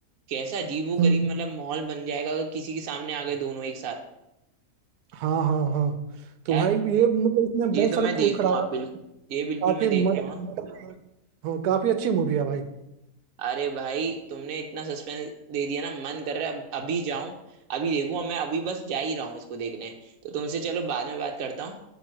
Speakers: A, on the right (about 70°); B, on the right (about 85°).
A: कैसा अजीबो
B: हम्म,
A: गरीब मतलब माहौल बन जाएगा अगर किसी के सामने आ गए दोनों एक साथ
B: हाँ हाँ हाँ तो
A: यार
B: भाई ये मतलब इसमें
A: ये
B: बहुत
A: तो
B: सारा
A: मैं देखूंगा
B: खून खराबा
A: बिल्कुल ये बिल्कुल
B: काफी
A: मैं देखूंगा
B: मत, बिल्कुल हाँ काफी अच्छी मूवी है भाई
A: अरे भाई तुमने इतना सस्पेंस दे दिया ना मन कर रहा है अब अभी जाऊं अभी देखूं और मैं अभी बस जा ही रहा हूँ इसको देखने तो तुमसे चलो बाद में बात करता हूँ